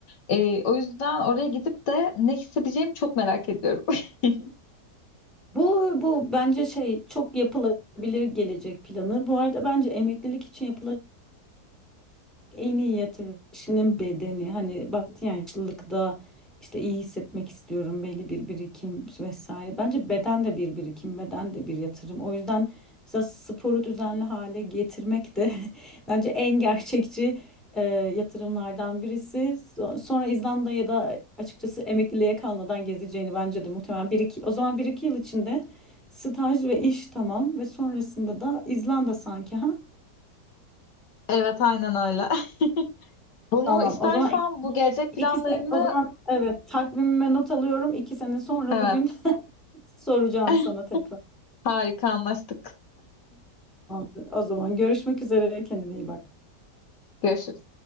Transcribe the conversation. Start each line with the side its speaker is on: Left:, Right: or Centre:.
Left: Ee, o yüzden oraya gidip de ne hissedeceğimi çok merak ediyorum. <laughs>
Centre: Bu bu bence şey çok yapılabilir gelecek planı. Bu arada bence emeklilik için yapılabilir en iyi yatırım kişinin bedeni. Hani bahsettiğin yaşlılıkta işte iyi hissetmek istiyorum belli bir birikim vesaire. Bence beden de bir birikim, beden de bir yatırım. O yüzden mesela sporu düzenli hale getirmek de <laughs> bence en gerçekçi e, yatırımlardan birisi. So- Sonra İzlanda'ya da açıkçası emekliliğe kalmadan gezeceğini bence de muhtemelen bir iki, o zaman bir iki yıl içinde staj ve iş tamam ve sonrasında da İzlanda sanki ha.
Left: Evet, aynen öyle. <laughs> Bunu
Centre: Tamam.
Left: istersen
Centre: O zaman
Left: bu gelecek
Centre: İki
Left: planlarını
Centre: sene, o zaman evet takvimime not alıyorum. İki sene sonra
Left: evet.
Centre: bugün <laughs> soracağım
Left: <laughs>
Centre: sana tekrar.
Left: Harika anlaştık.
Centre: Tamamdır. O zaman görüşmek üzere. Kendine iyi bak.
Left: Görüşürüz.